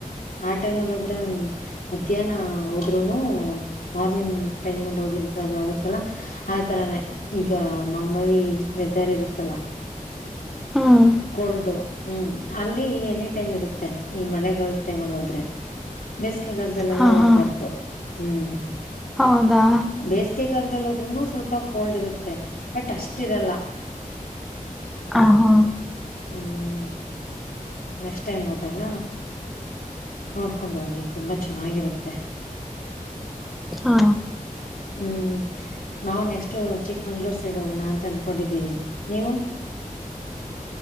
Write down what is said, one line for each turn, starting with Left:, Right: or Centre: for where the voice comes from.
Left: ಆ ಟೈಮಲ್ಲೊದ್ರೆ ಒಂದ್ ಮಧ್ಯಾಹ್ನ ಹೋದ್ರುನು ಮಾರ್ನಿಂಗ್ ಟೈಮಲ್ ಹೋಗಿರ್ದಾಗ ಆಗತ್ತಲ್ಲ ಆತರಾನೇ ಈಗ ಮಾಮೂಲಿ ವೆದರ್ ಇರುತ್ತಲ್ಲ.
Centre: ಹ್ಮ್
Left: ಕೋಲ್ಡು ಹ್ಮ್ ಅಲ್ಲಿ ಎನಿ ಟೈಮ್ ಇರುತ್ತೆ ಈ ಮಳೆಗಾಲದ್ ಟೈಮ್ ಅಲ್ಲಿ ಹೋದ್ರೆ ಬೆಸ್ ಬೇಸಿಗೆ ಗಾಲದಲ್ಲೆಲ್ಲಾ
Centre: ಹಾ
Left: ಹೋಗ್ಬಾರ್ದು.
Centre: ಹಾ
Left: ಹ್ಮ್
Centre: ಹೌದಾ
Left: ಬೆಸ್ಗೆ ಕಾಲ್ದಲ್ಲಿ ಇನ್ನು ಸ್ವಲ್ಪ ಕೋಲ್ಡ್ ಇರುತ್ತೆ ಬಟ್ ಅಷ್ಟ್ ಇರಲ್ಲ.
Centre: ಆ ಹ
Left: ಹ್ಮ್ ನೆಕ್ಸ್ಟ್ ಟೈಮ್ ಹೋದಾಗ ನೋಡ್ಕೊಂಡ ಹೋಗಿ ತುಂಬಾ ಚೆನ್ನಾಗಿರುತ್ತೆ
Centre: ಹಾ
Left: ಹ್ಮ್ ನಾವು ನೆಕ್ಸ್ಟ್ ಚಿಕ್ಕಮಂಗಳೂರು ಸೈಡ್ ಹೋಗೋಣ ಅಂತ ಅನ್ಕೊಂಡಿದ್ದೀವಿ ನೀವು.